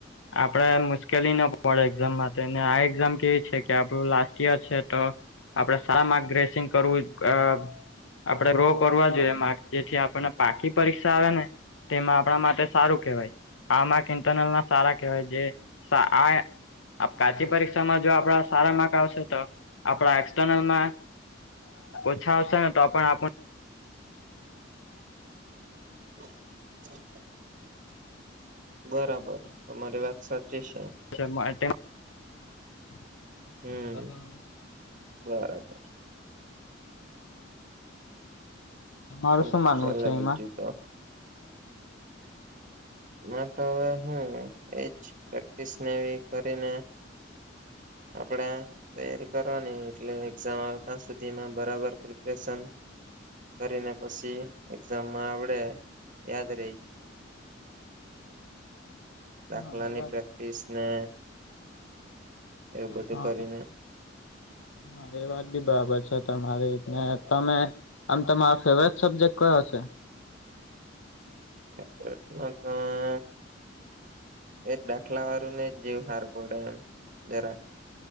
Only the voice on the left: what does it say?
આપડે મુશ્કેલી ના પડે એક્ઝામ માટે ને આ એક્ઝામ કેવી છે કે આપડું લાસ્ટ યર છે તો આપડે સારા માર્ક ગ્રેસિંગ કરવું અ આપડે રો કરવા જોઈએ જેથી આપને પાકી પરીક્ષા આવે ને તેમાં આપણા માટે સારું કહેવાય આ માંરક ઇન્ટરનલ ના સારા કહેવાય જે, <unintelligible> કાચી પરીક્ષામાં જો આપડા સારા માર્ક આવશે તો? આપણા એક્સ્ટનલના ઓછા આવશે ને તો પણ આપ
<unintelligible>
તમારું
માનવું
છે
એમાં?
હા એ વાત
હા
હા એ વાત બી બરાબર છે. તમારીને તમે આમ તમારો ફેવરેટ સબ્જેક્ટ કયો છે